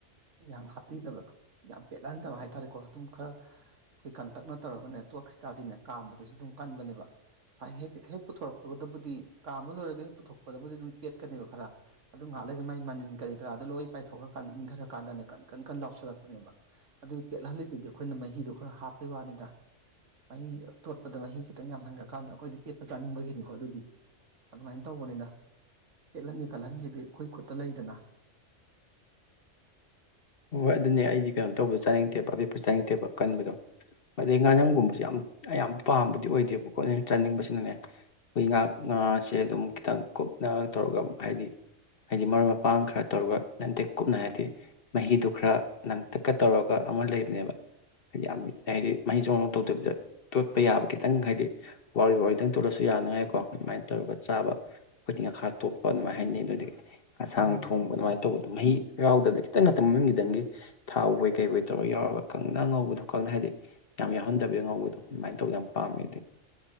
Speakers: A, on the right (about 75°); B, on the left (about 50°).
A: ꯌꯥꯝ ꯍꯥꯞꯄꯤꯗꯕ ꯌꯥꯝ ꯄꯦꯠꯍꯟꯗꯕ ꯍꯥꯏꯇꯥꯔꯦꯀꯣ ꯑꯗꯨꯝ ꯈꯔ ꯑꯩꯈꯣꯏ ꯀꯟꯇꯛꯅ ꯇꯧꯔꯒꯅꯦ ꯇꯣꯠꯈ꯭ꯈꯤꯇꯥꯥꯔꯗꯤꯅꯦ ꯀꯥꯝꯕꯗꯁꯨ ꯑꯗꯨꯝ ꯀꯟꯕꯅꯦꯕ ꯉꯁꯥꯏ ꯍꯦꯛꯦꯛ ꯍꯦꯛ ꯄꯨꯊꯣꯔꯛꯄꯒꯗꯕꯨꯗꯤ ꯀꯥ ꯑꯃ ꯂꯣꯏꯔꯒ ꯍꯦꯛ ꯄꯨꯊꯣꯛꯄꯗꯕꯨꯗꯤ ꯑꯗꯨꯝ ꯄꯦꯠꯀꯅꯦꯕ ꯈꯔ ꯑꯗꯨꯝ ꯉꯍꯥꯛꯂꯒ ꯃꯥꯏ ꯃꯅꯤꯟ ꯀꯔꯤ ꯀꯔꯥꯗꯣ ꯂꯣꯏ ꯄꯥꯏꯊꯣꯛꯈ꯭ꯔꯀꯥꯟꯗ ꯏꯪꯊꯔ ꯀꯥꯟꯗꯅꯦ ꯀꯟ ꯀꯟ ꯀꯟ ꯂꯥꯎꯁꯜꯂꯛꯄꯅꯦꯕ ꯑꯗꯨ ꯄꯦꯠꯍꯜꯂꯤꯗꯨꯗꯤ ꯑꯩꯈꯣꯏꯅ ꯃꯍꯤꯗꯣ ꯈꯔ ꯍꯥꯞꯄꯩ ꯋꯥꯅꯤꯗ ꯃꯍꯤ ꯇꯣꯠꯄꯗ ꯃꯍꯤ ꯈꯤꯇꯪ ꯌꯥꯝꯍꯟꯈ꯭ꯔꯀꯥꯟꯗ ꯑꯩꯈꯣꯏꯗꯤ ꯄꯦꯠꯄ ꯆꯥꯅꯤꯡꯕꯒꯤꯅꯤꯀꯣ ꯑꯗꯨꯗꯤ ꯑꯗꯨꯃꯥꯏꯅ ꯇꯧꯕꯅꯤꯗ ꯄꯦꯠꯍꯟꯒꯦ ꯀꯠꯍꯟꯒꯦꯗꯤ ꯑꯩꯈꯣꯏ ꯈꯨꯠꯇ ꯂꯩꯗꯅ
B: ꯍꯣꯏ ꯑꯗꯨꯅꯦ ꯑꯩꯗꯤ ꯀꯩꯅꯣ ꯇꯧꯕꯗ ꯆꯥꯅꯤꯡꯗꯦꯕ ꯑꯄꯤꯦꯛꯄ ꯆꯥꯅꯤꯡꯗꯦꯕ ꯀꯟꯕꯗꯣ ꯑꯗꯩ
A: ꯎꯝ
B: ꯉꯥꯅꯝꯒꯨꯝꯕ ꯌꯥꯝ ꯌꯥꯝ ꯄꯥꯝꯕꯗꯤ ꯑꯣꯏꯗꯦꯕꯀꯣꯠ ꯆꯥꯅꯤꯡꯕꯁꯤꯅꯅꯦ ꯑꯩꯈꯣꯏ ꯉꯥ ꯉꯥꯁꯦ ꯑꯗꯨꯝ ꯈꯤꯇꯪ ꯀꯨꯞꯅ ꯇꯧꯔꯒ ꯍꯥꯏꯗꯤ ꯍꯥꯏꯗꯤ ꯃꯔꯨꯞ ꯃꯄꯥꯡ ꯈꯔ ꯇꯧꯔꯒ ꯅꯇꯦꯛ ꯀꯨꯞꯅ ꯍꯥꯏꯔꯗꯤ ꯃꯍꯤꯗꯨ ꯈꯔ ꯅꯪ ꯇꯛꯀ ꯇꯧꯔꯒ ꯑꯃ ꯂꯩꯕꯅꯦꯕ ꯍꯥꯏꯗꯤ ꯌꯥꯝ ꯍꯥꯏꯗꯤ ꯃꯍꯩ ꯆꯣꯡꯅ ꯇꯧꯗꯕꯤꯗ ꯇꯣꯠꯄ ꯌꯥꯕ ꯈꯤꯇꯪ ꯍꯥꯏꯗꯤ ꯋꯥꯔꯤ ꯋꯥꯗꯪ ꯇꯂꯁꯨ ꯌꯥꯅꯉꯥꯏꯀꯣ ꯑꯗꯨꯃꯥꯏꯅ ꯇꯧꯔꯒ ꯆꯥꯕ ꯑꯩꯈꯣꯏꯗꯤ ꯉꯥꯈꯥ ꯇꯣꯞꯄ ꯑꯗꯨꯃꯥꯏꯅ ꯍꯥꯏꯅꯤꯩ ꯑꯗꯨꯗꯒꯤ ꯑꯁꯥꯡ
A: ꯎꯝ
B: ꯊꯣꯡꯕ ꯑꯗꯨꯃꯥꯏꯅ ꯇꯧꯕꯗꯣ ꯃꯍꯤ ꯌꯥꯗꯤ ꯈꯤꯇꯪ ꯉꯛꯇ ꯃꯃꯤꯡꯒꯤꯗꯪꯒꯤ ꯊꯥꯎꯧꯕꯣꯏ ꯀꯩꯕꯣꯏ ꯇꯧꯔꯒ ꯌꯥꯎꯔꯒ ꯀꯪꯅ ꯉꯧꯕꯗꯣ ꯀꯪꯅ ꯍꯥꯏꯗꯤ ꯌꯥꯝ ꯌꯥꯎꯍꯟꯗꯕ ꯌꯥ ꯉꯧꯕꯗꯣ ꯑꯗꯨꯃꯥꯏꯅ ꯇꯧꯕꯗ ꯌꯥꯝ ꯄꯥꯝꯃꯦꯗꯤ